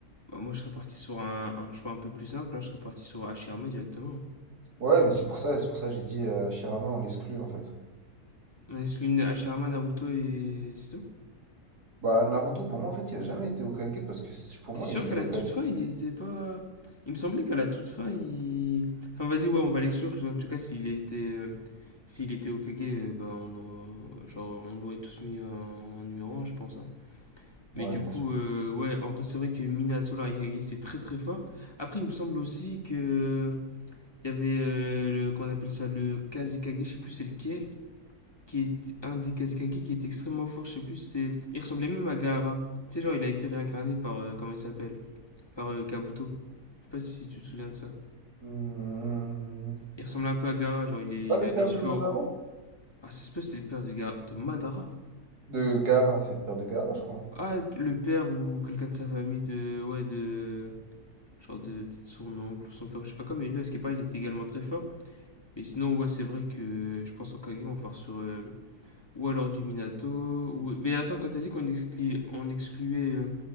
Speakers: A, on the left (about 15°); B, on the right (about 80°).
A: Bah, Moi, je serais parti sur un, un choix un peu plus simple, hein, je serais parti sur Hashirama directement. hein.
B: Ouais, mais c'est pour ça, c'est pour ça que j'ai dit euh, Shirama, on l'exclut en fait.
A: On laisse l'une Hashirama, Naruto et c'est tout
B: Bah, Naruto, pour moi, en fait, il a jamais été Hokage parce que c- pour
A: T'es
B: moi,
A: sûr
B: il était
A: qu'à la
B: Hokage.
A: toute fin, il n'était pas. Il me semblait qu'à la toute fin, il. Enfin, vas-y, ouais, on va l'exclure, sûr. En tout cas, s'il était, euh, s'il était au Kage, euh, bah, on, aurait- genre, on l'aurait tous mis en numéro un je pense. hein. Mais
B: Ouais,
A: du
B: bien
A: coup,
B: sûr.
A: euh, ouais, en vrai, c'est vrai que Minato Larikage, c'est très très fort. Après, il me semble aussi que. Il y avait, euh, le, qu'on appelle ça, le Kazekage, je sais plus c'est lequel, qui est un des Kazekage qui est extrêmement fort, je sais plus, c'est. Il ressemblait même à Gaara. Tu sais, genre, il a été réincarné par. euh, comment il s'appelle Par euh, Kabuto. Je sais pas si tu te souviens de ça.
B: Hmm,
A: Il ressemble un peu à Gara, genre
B: C'était
A: il, est,
B: pas
A: il
B: le
A: a les
B: père
A: cheveux.
B: de Madara?
A: Ah, ça se peut, c'était le père de, Gara- de Madara.
B: De Gaara, c'est le père de Gaara, je crois.
A: Ah, le père ou quelqu'un de sa famille de. Ouais, de. Genre de. Peut-être son oncle ou son père, je sais pas quoi, mais là, ce qu'il est il était également très fort. Mais sinon, ouais, c'est vrai que je pense en Kage, on part sur. euh, ou alors du Minato. Ou... Mais attends, quand t'as dit qu'on exclu... on excluait euh,